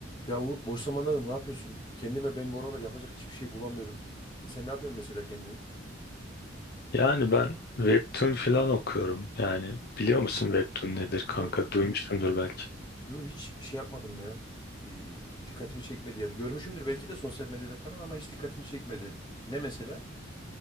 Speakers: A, on the left (about 25°); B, on the left (about 55°).
A: Ya Uğur boş zamanlarda ne yapıyorsun? Kendime ben bu aralar yapacak hiçbir şey bulamıyorum. Sen ne yapıyorsun mesela kendin?
B: Yani ben Webtoon falan okuyorum. Yani biliyor musun Webtoon nedir
A: Yo,
B: kanka? Duymuşsundur belki.
A: yo hiç şey yapmadım ya. Ee, dikkatimi çekmedi ya. Görmüşümdür belki de sosyal medyada falan ama hiç dikkatimi çekmedi. Ne mesela?